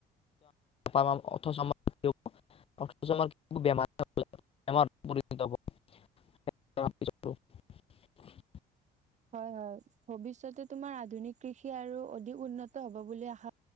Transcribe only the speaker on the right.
হয় হয় ভৱিষ্যতে তোমাৰ আধুনিক কৃষি আৰু অধিক উন্নত হব বুলি আশা